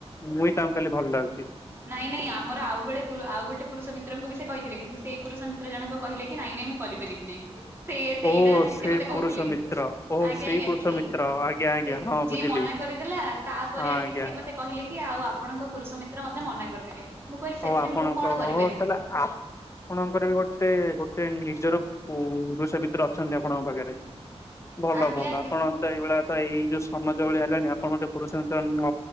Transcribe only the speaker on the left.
ମୁହିଁ ତାଙ୍କୁ ଖାଲି ଭଲ ଲାଗୁଛି।
ଓହୋ
ସେ
ପୁରୁଷ
ମିତ୍ର ଓହୋ
ପୁରୁଷ
ମିତ୍ର ଆଜ୍ଞା ଆଜ୍ଞା
ହଁ
ବୁଝିଲି।
ହଁ
ଆଜ୍ଞା
ହଉ
ଆପଣଙ୍କ
ତାହଲେ ଆପଣଙ୍କର ବି ଗୋଟେ ଗୋଟେ ନିଜର ଓ ରୋଷେଇ ଭିତରେ ଅଛନ୍ତି ଆପଣଙ୍କ ପାଖରେ। ଭଲ
ଭଲ
ଆପଣ ତ ଏଇଭଳିଆ ତ ଏଇ ଯୋଉ ସମାଜ ଭଳିଆ ହେଲାଣି ଆପଣ ଗୋଟେ ପୁରୁଷ ନ